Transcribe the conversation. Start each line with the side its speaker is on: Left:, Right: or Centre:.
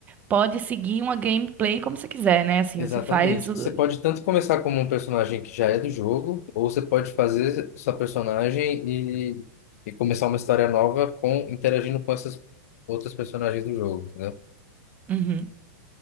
Right: pode seguir uma gameplay como você quiser, né? Assim,
Left: Exatamente.
Right: você faz. o-
Left: Você pode tanto começar como um personagem que já é do jogo, ou você pode fazer sua personagem e, e começar uma história nova com interagindo com essas outras personagens do jogo, entendeu?
Right: Uhum.